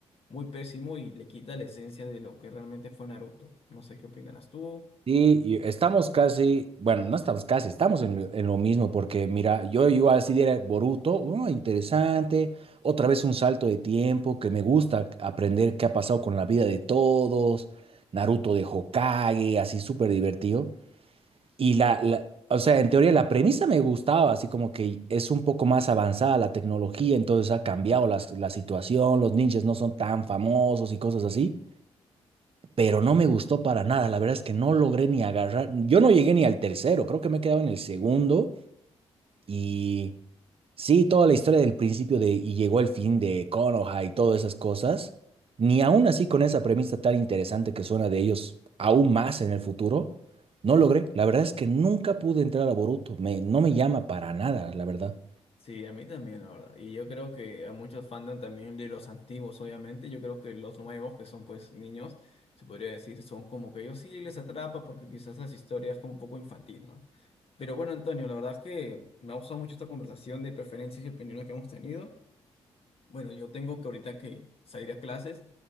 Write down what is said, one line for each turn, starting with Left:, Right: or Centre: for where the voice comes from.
Left: muy pésimo y le quita la esencia de lo que realmente fue Naruto. No sé qué opinarás tú.
Right: Sí, y estamos casi, bueno, no estamos casi, estamos en lo, en lo mismo, porque mira, yo igual si diera Boruto, oh, interesante, otra vez un salto de tiempo, que me gusta aprender qué ha pasado con la vida de todos, Naruto de Hokage, así súper divertido. Y la, la- o sea, en teoría la premisa me gustaba, así como que es un poco más avanzada la tecnología, entonces ha cambiado las- la situación, los ninjas no son tan famosos y cosas así pero no me gustó para nada. La verdad es que no logré ni agarrar. Yo no llegué ni al tercero, creo que me he quedado en el segundo. Y sí, toda la historia del principio de y llegó el fin de Konoha y todas esas cosas. Ni aún así con esa premisa tan interesante que suena de ellos aún más en el futuro, no logré. La verdad es que nunca pude entrar a Boruto. Me, no me llama para nada, la verdad.
Left: Sí, a mí también, la verdad. Y yo creo que a muchos fandom también de los antiguos, obviamente. Yo creo que los nuevos, que son pues niños, se podría decir, son como que ellos sí les atrapa porque quizás las historias como un poco infantil, ¿no? Pero bueno, Antonio, la verdad es que me ha gustado mucho esta conversación de preferencias y opiniones que hemos tenido. Bueno, yo tengo que ahorita que salir a clases